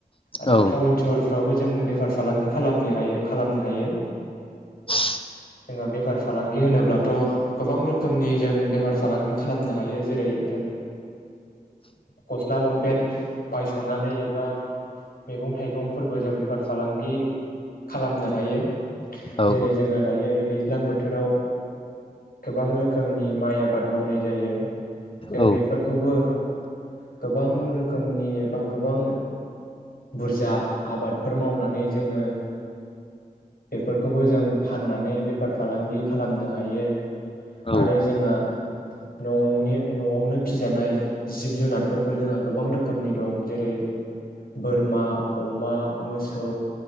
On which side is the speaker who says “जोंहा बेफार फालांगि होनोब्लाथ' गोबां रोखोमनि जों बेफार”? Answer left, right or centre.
Left